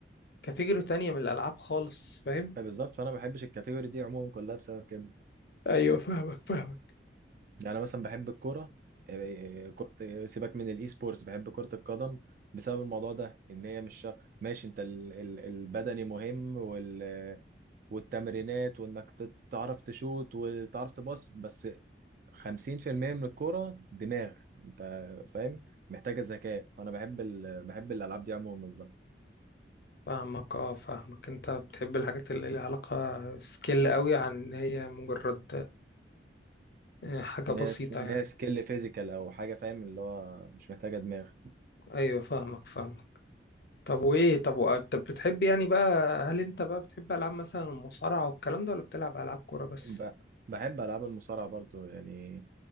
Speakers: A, on the left; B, on the right.
A: كاتيجوري تانية من الالعاب خالص فاهم
B: بالظبط فانا ما بحبش الكاتيجوري دي عموما كلها بسبب كده
A: ايوه فاهمك فاهمك
B: يعني مثلا بحب الكوره آه، آه، كرة آه، سيبك من الاي سبورتس بحب كرة القدم بسبب الموضوع ده ان هي مش شرط- ماشي انت ال- ال- البدني مهم وال والتمرينات وانك تت- تعرف تشوت وتعرف تباص بس خمسين في المية من الكورة دماغ انت فاهم محتاجة ذكاء فانا بحب ال... بحب الالعاب دي عموما بقى
A: فاهمك اه فاهمك انت بتحب الحاجات اللي ليها علاقة سكيل قوي عن ان هي مجرد آه، حاجة
B: ناس
A: بسيطة
B: ناس
A: يعني
B: سكيل فيزيكال او حاجة فاهم اللي هو مش محتاجة دماغ
A: ايوه فاهمك فاهمك طب وايه طب وأ- طب بتحب يعني بقى هل انت بقى بتحب العاب مثلا المصارعة والكلام ده ولا بتلعب العاب كورة بس
B: ب... بحب العاب المصارعة برضو يعني